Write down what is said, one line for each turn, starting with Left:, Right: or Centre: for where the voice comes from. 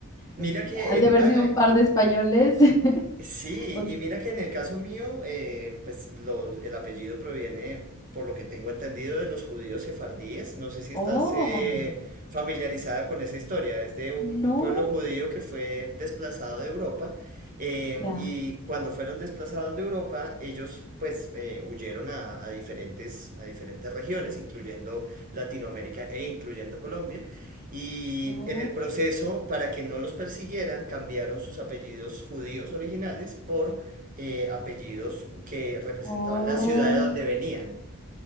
Right: Mira
Left: eh,
Right: que
Left: ha de
Right: en,
Left: haber
Right: a- a-
Left: sido un
Right: en-
Left: par de españoles. <laughs>
Right: Sí,
Left: O-
Right: y mira que en el caso mío, eh, pues los- el apellido proviene, por lo que tengo entendido, de los judíos sefardíes. No sé si estás
Left: Oh,
Right: eh, familiarizada con esa historia. Es de un,
Left: no.
Right: un pueblo judío que fue desplazado de Europa. eh,
Left: Ya.
Right: y cuando fueron desplazados de Europa, ellos pues eh, huyeron a, a diferentes, a diferentes regiones, incluyendo Latinoamérica e incluyendo Colombia. Y
Left: Oh.
Right: en el proceso, para que no los persiguieran, cambiaron sus apellidos judíos originales por eh, apellidos que representaban
Left: Oh.
Right: la ciudad de donde venían.